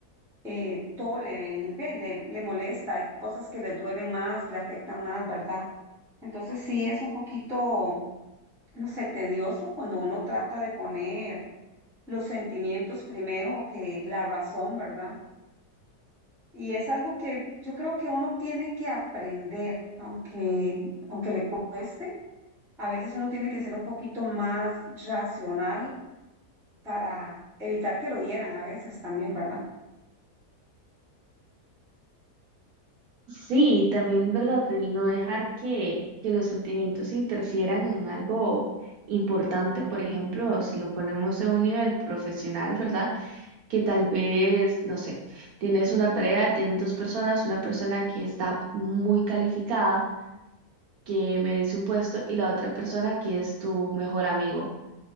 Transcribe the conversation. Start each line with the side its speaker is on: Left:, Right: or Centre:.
Centre: eh, todo le, le, le- le molesta, hay cosas que le duelen más, le afectan más, ¿verdad? Entonces sí es un poquito, no sé, tedioso cuando uno trata de poner los sentimientos primero que la razón, ¿verdad? Y es algo que yo creo que uno tiene que aprender, aunque, aunque le cueste, a veces uno tiene que ser un poquito más racional para evitar que lo hieran a veces también, ¿verdad?
Right: Sí, y también, ¿verdad? El no dejar que, que los sentimientos interfieran en algo importante, por ejemplo, si lo ponemos a un nivel profesional, ¿verdad? Que tal vez, no sé, tienes una tarea, tienes dos personas, una persona que está muy calificada, que merece un puesto, y la otra persona que es tu mejor amigo.